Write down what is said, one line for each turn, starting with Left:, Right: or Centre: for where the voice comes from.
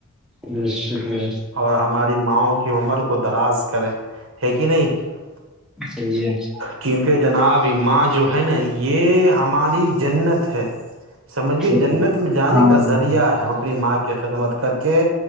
Centre: جشکری <unintelligible>
Right: اور ہماری ماںں کی عمر کو دراز کرے ہے کہ نہیں <unintelligible>
Centre: صحی ہے <unintelligible>
Right: کیونکہ جناب ماں جو ہے نا یہ ہماری جنت ہے سمجھیے
Centre: صحیح
Right: جنت میں جانے
Centre: ہاں
Right: کا ذریعہ ہے اپنی ماں کی خدمت کر کے